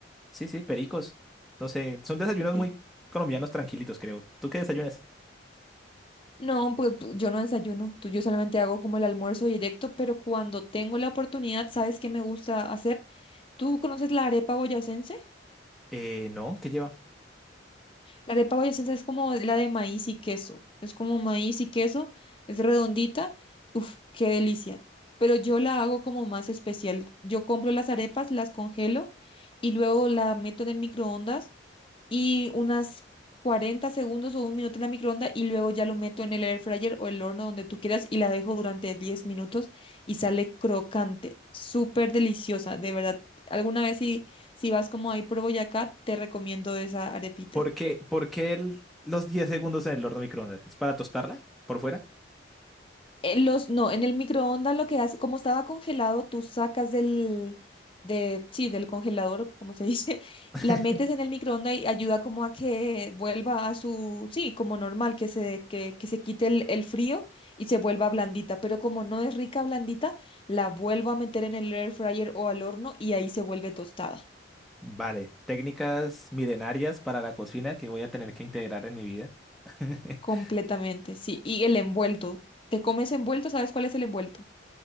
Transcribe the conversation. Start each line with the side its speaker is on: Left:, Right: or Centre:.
Centre: Sí, sí, pericos. No sé, son desayunos
Left: ¿qué?
Centre: muy colombianos tranquilitos, creo. ¿Tú qué desayunas?
Left: No, pues tú- yo no desayuno, tú, yo solamente hago como el almuerzo directo, pero cuando tengo la oportunidad, ¿sabes qué me gusta hacer? ¿Tú conoces la arepa boyacense?
Centre: Eh, no, ¿qué lleva?
Left: La arepa boyacense es como la de maíz y queso. Es como maíz y queso, es redondita. Uf, qué delicia. Pero yo la hago como más especial. Yo compro las arepas, las congelo y luego la meto en el microondas y unas 40 segundos o un minuto en la microonda y luego ya lo meto en el air fryer o el horno donde tú quieras y la dejo durante 10 minutos y sale crocante, súper deliciosa, de verdad. Alguna vez si, si vas como ahí por Boyacá, te recomiendo esa arepita.
Centre: ¿Por qué, por qué el- los 10 segundos en el horno microondas? ¿Es para tostarla por fuera?
Left: eh, los, no, en el microondas lo que hace, como estaba congelado, tú sacas del, de, sí, del congelador, o como se dice, <laughs>
Centre: <laughs>
Left: la metes en el microondas y ayuda como a que vuelva a su, sí, como normal, que se, que, que se quite el, el frío y se vuelva blandita. Pero como no es rica blandita, la vuelvo a meter en el air fryer o al horno y ahí se vuelve tostada.
Centre: Vale, técnicas milenarias para la cocina que voy a tener que integrar en mi vida. <laughs>
Left: Completamente, sí. Y el envuelto. ¿Te comes envuelto? ¿Sabes cuál es el envuelto?